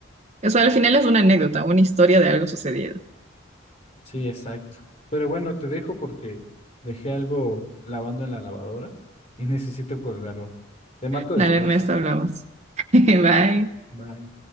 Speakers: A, on the right; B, on the left.
A: o sea, al final es una anécdota, una historia de algo sucedido.
B: Sí, exacto. Pero bueno, te dejo porque dejé algo lavando en la lavadora y necesito colgarlo. Te marco después.
A: Dale, Ernesto, hablamos. <laughs> Bye.
B: Bye.